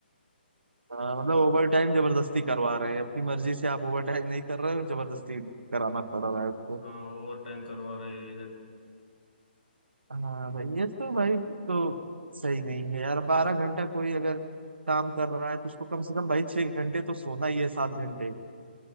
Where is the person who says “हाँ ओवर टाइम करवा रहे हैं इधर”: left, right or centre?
Left